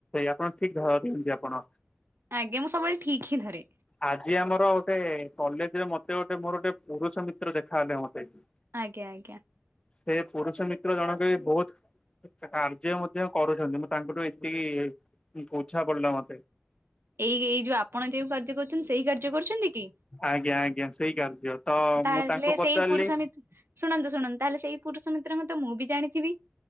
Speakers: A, on the left; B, on the right.
A: ଆପଣ ଠିକ ଧରୁଚନ୍ତି ଆପଣ।
B: ଆଜ୍ଞା ମୁଁ ସବୁବେଳେ ଠିକ ହିଁ ଧରେ।
A: ଆଜି ଆମର ଗୋଟେ କଲେଜରେ ମତେ ମତେ ଗୋଟେ ମୋର ଗୋଟେ ପରୁଷ ମିତ୍ର ଦେଖା ହେଲେ ମତେ ଆଜି
B: ଆଜ୍ଞା ଆଜ୍ଞା।
A: ସେ ପୁରୁଷ ମିତ୍ର ଜଣକ ବି ବୋ କାର୍ଯ୍ୟ ମଧ୍ୟ କରୁଚନ୍ତି ମୁଁ ତାଙ୍କଠୁ ଏତିକି ବୁଝା ପଡିଲା ମ
B: ଏଇ ଏଇ ଯୋଉ ଆପଣ ଯୋଉ କାର୍ଯ୍ୟ କରୁଚନ୍ତି ସେଇ କାର୍ଯ୍ୟ କରୁଚନ୍ତି କି?
A: ଆଜ୍ଞା ଆଜ୍ଞା ସେଇ କାର୍ଯ୍ୟ ତ
B: କି ତାହେଲେ
A: ମୁଁ ତାଙ୍କୁ ପଚାରିଲି
B: ସେଇ ପୁରୁଷ ମି ଶୁଣନ୍ତୁ ଶୁଣନ୍ତୁ ତାହେଲେ ସେଇ ପୁରୁଷ ମିତ୍ରଙ୍କ ତ ମୁଁ ବି ଜାଣିଥିବି।